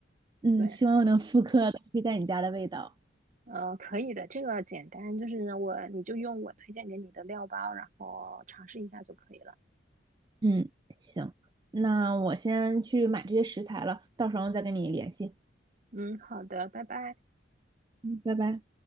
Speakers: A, on the right (about 25°); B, on the right (about 45°).
A: 嗯，
B: 对，
A: 希望我能复刻当时在你家的味道。
B: 呃，可以的，这个简单，就是我，你就用我推荐给你的料包，然后尝试一下就可以了。
A: 嗯，行，那我先去买这些食材了，到时候再跟你联系。
B: 嗯，好的，拜拜。
A: 嗯，拜拜。